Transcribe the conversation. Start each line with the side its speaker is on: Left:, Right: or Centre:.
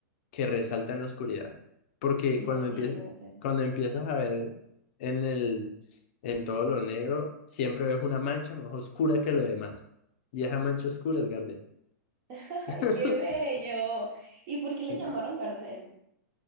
Left: que resalta en la oscuridad. Porque cuando
Right: Imagínate.
Left: empiezas, cuando empiezas a ver en el, en todo lo negro, siempre ves una mancha más oscura que lo demás. Y esa mancha oscura es Gardel.
Right: <laughs>
Left: <laughs>
Right: Ay, qué bello. ¿Y por qué
Left: Sí.
Right: le llamaron Gardel?